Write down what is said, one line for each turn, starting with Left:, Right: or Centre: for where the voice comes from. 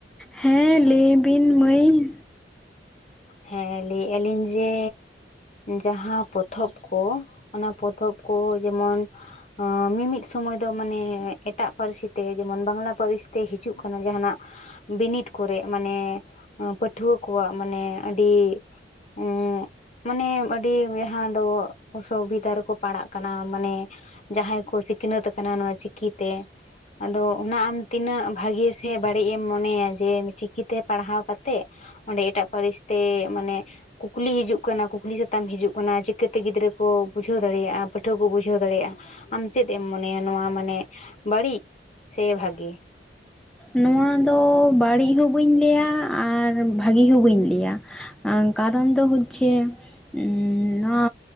Centre: ᱦᱮᱸ ᱞᱟᱹᱭ ᱵᱤᱱ ᱢᱟᱹᱭ ᱾
Left: ᱦᱮᱸ ᱞᱟᱹᱭ ᱮᱼᱟᱞᱤᱧ ᱡᱮ ᱡᱟᱦᱟᱸ ᱯᱚᱛᱷᱚᱵᱽ ᱠᱚ ᱚᱱᱟ ᱯᱚᱛᱷᱚᱵᱽ ᱠᱚ ᱡᱮᱢᱚᱱ ᱟᱸ ᱢᱤ-ᱢᱤᱫ ᱥᱚᱢᱚᱭ ᱫᱚ ᱢᱟᱱᱮ ᱮᱴᱟᱜ ᱯᱟᱹᱨᱥᱤ ᱛᱮ ᱡᱮᱢᱚᱱ ᱵᱟᱝᱞᱟ ᱯᱟᱨᱤᱥ ᱛᱮ ᱦᱤᱡᱩᱜ ᱠᱟᱱᱟ ᱡᱟᱦᱟᱱᱟᱜ ᱾ ᱵᱤᱱᱤᱰ ᱠᱚᱨᱮ ᱢᱟᱱᱮ ᱯᱟᱹᱴᱷᱩᱣᱟᱹ ᱠᱚᱣᱟᱜ ᱢᱟᱱᱮ ᱟᱹᱰᱤ ᱩᱸᱜ ᱢᱟᱱᱮ ᱟᱹᱰᱤ ᱡᱟᱦᱟᱸ ᱫᱚ ᱚᱥᱚᱵᱤᱫᱷᱟ ᱨᱮᱠᱚ ᱯᱟᱲᱟᱜ ᱠᱟᱱᱟ ᱢᱟᱱᱮ ᱡᱟᱦᱟᱸᱭ ᱠᱚ ᱥᱤᱠᱷᱱᱟᱹᱛ ᱟᱠᱟᱱᱟ ᱱᱚᱣᱟ ᱪᱤᱠᱤ ᱛᱮ ᱾ ᱟᱫᱚ ᱚᱱᱟ ᱟᱢ ᱛᱤᱱᱟᱹᱜ ᱵᱷᱟᱜᱮ ᱥᱮ ᱵᱟᱹᱲᱤᱡ ᱮᱢ ᱢᱚᱱᱮᱭᱟ ᱡᱮ ᱪᱤᱠᱤ ᱛᱮ ᱯᱟᱲᱦᱟᱣ ᱠᱟᱛᱮᱜ ᱾ ᱚᱸᱰᱮ ᱮᱴᱟᱜ ᱯᱟᱹᱨᱤᱥ ᱛᱮ ᱢᱟᱱᱮ ᱠᱩᱠᱞᱤ ᱦᱤᱡᱩᱜ ᱠᱟᱱᱟ ᱠᱩᱠᱞᱤ ᱥᱟᱛᱟᱢ ᱦᱤᱡᱩᱜ ᱠᱟᱱᱟ ᱪᱤᱠᱟᱹ ᱛᱮ ᱜᱤᱫᱽᱨᱟᱹ ᱠᱚ ᱵᱩᱡᱷᱟᱹᱣ ᱫᱟᱲᱮᱭᱟᱜᱼᱟ ᱯᱟᱹᱴᱷᱩᱣᱟᱹ ᱠᱚ ᱵᱩᱡᱷᱟᱹᱣ ᱫᱟᱲᱮᱭᱟᱜᱼᱟ ᱾ ᱟᱢ ᱪᱮᱫ ᱮᱢ ᱢᱚᱱᱮᱭᱟ ᱱᱚᱣᱟ ᱢᱟᱱᱮ ᱵᱟᱹᱲᱤᱡ ᱥᱮ ᱵᱷᱟᱜᱤ?
Centre: ᱱᱚᱣᱟ ᱫᱚ ᱵᱟᱹᱲᱤᱡ ᱦᱚᱸ ᱵᱟᱹᱧ ᱞᱟᱹᱭᱟ ᱟᱨ ᱵᱷᱟᱹᱜᱤ ᱦᱚᱸ ᱵᱟᱹᱧ ᱞᱟᱹᱭᱟ ᱾ ᱟᱸ ᱠᱟᱨᱚᱱ ᱫᱚ ᱦᱚᱪᱪᱷᱮ ᱩᱢ ᱱᱚᱣᱟ